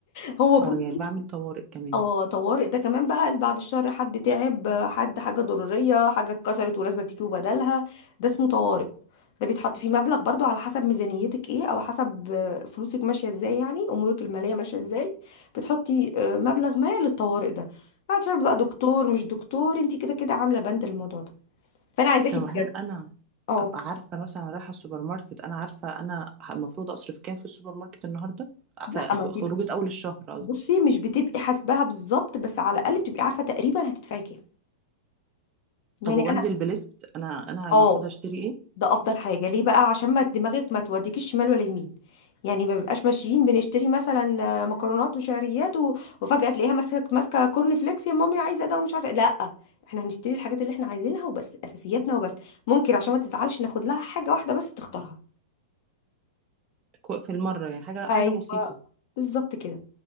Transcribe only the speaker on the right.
اه يعني بعمل طوارئ كمان
طب
هل انا
ابقى عارفه مثلا رايحه السوبر ماركت انا عارفه انا المفروض اصرف كام في السوبر ماركت النهارده
ف-
خروجه اول الشهر قصدي
طب وبنزل
بليست انا انا
المفروض هشتري ايه
كو- في المرة يعني حاجة
حاجة بسيطة